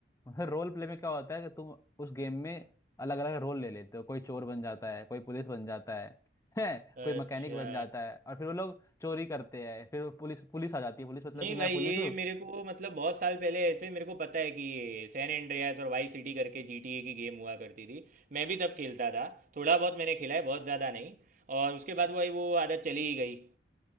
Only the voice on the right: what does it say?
अच्छा
नहीं
भाई
ये
मेरे को मतलब बहुत साल पहले ऐसे मेरे को पता है कि ये सैन एंड्रियास और वाई सिटी करके GTA की गेम हुआ करती थी मैं भी तब खेलता था थोड़ा बहुत मैंने खेला है बहुत ज़्यादा नहीं और उसके बाद भाई वो आदत चली ही गई